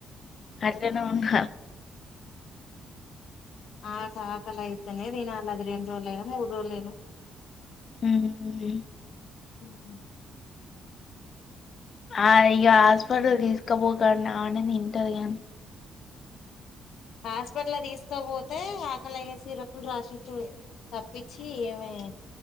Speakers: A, on the left; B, on the left.
A: అంటే నొంక
B: ఆ సాకలి అయితేనే తినాలే అది రెండు రోజులైనా మూడు రోజులైనా
A: ఉమ్ ఉమ్
B: ఉహ్ హ్మ్మ్
A: ఆ ఇయ హాస్పిటల్ తీసుకపోతన అని తింటాలెన్
B: హాస్పిటల తీసుకోపోతే ఆ కోలయ సిరప్పులు రాసిచ్చి తప్పిచి ఏమి